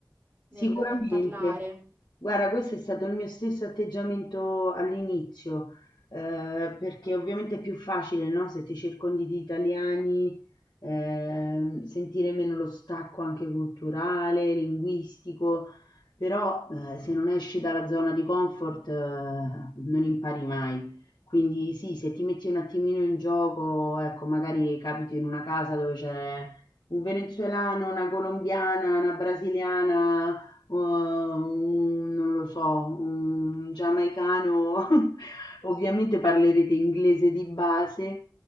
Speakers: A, on the right (about 20°); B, on the left (about 75°).
A: nel
B: Sicuramente.
A: nel parlare.
B: Guarda, questo è stato il mio stesso atteggiamento all'inizio, eh, perché ovviamente è più facile, no? Se ti circondi di italiani, ehm, sentire meno lo stacco anche culturale, linguistico, però eh, se non esci dalla zona di comfort, eh, non impari mai. Quindi sì, se ti metti un attimino in gioco, ecco, magari capiti in una casa dove c'è un venezuelano, una colombiana, una brasiliana Uhm, non lo so, un giamaicano, <laughs> ovviamente parlerete inglese di base,